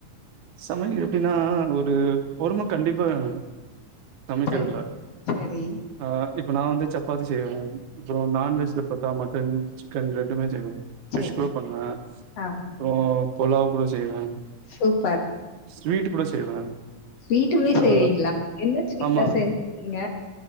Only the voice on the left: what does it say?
சரி சரி
சரி
ஆ
சூப்பர்
ஸ்வீட்டுமே செய்வீங்களா
என்ன ஸ்வீட்லா
செஞ்சுருக்கீங்க